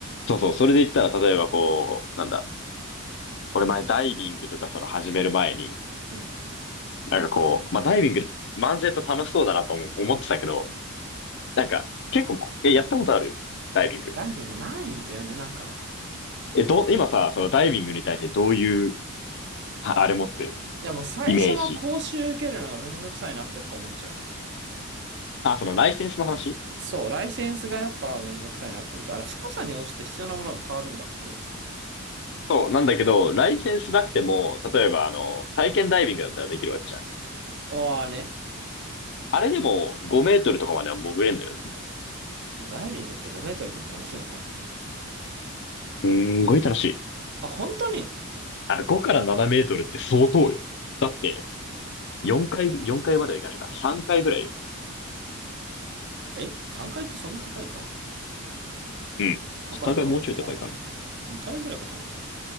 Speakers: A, on the left (about 55°); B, on the right (about 50°).
A: そうそう、それで言ったら例えばこう、なんだ、俺前ダイビングとかその始める前に、
B: うん。
A: なんかこう、まあダイビング漫然と楽しそうだなとも思ってたけど、なんか結構こ、え、やったことあるダイビング。
B: ダイビングないんだよね、なんか。
A: え、ど、今さ、そのダイビングに対してどういう、ああれ持ってる
B: いや、もう最初の講習受けるのがめんどくさいなってやっぱ思っちゃう。
A: イメージ。あ、そのライセンスの話
B: そう、ライセンスがやっぱめんどくさいなって思っちゃう。あれ、深さに応じて必要なものが変わるんだっけ
A: そう、なんだけど、ライセンスなくても、例えばあの、体験ダイビングだったらできるわけじゃん。
B: ああね。
A: あれでも5メートルとかまでは潜れんだよね。
B: ダイビングって5メートルでも楽しいのか。
A: すんごい楽しい。
B: あ、本当に
A: あの、5から7メートルって相当よ。だって、4回、4回まではいかないか。3回ぐらいよ。
B: え ?3 階ってそんな高いか
A: うん。
B: 高いか。
A: 3回もうちょい高いかな。
B: ああ、2階ぐらいかと思ってた。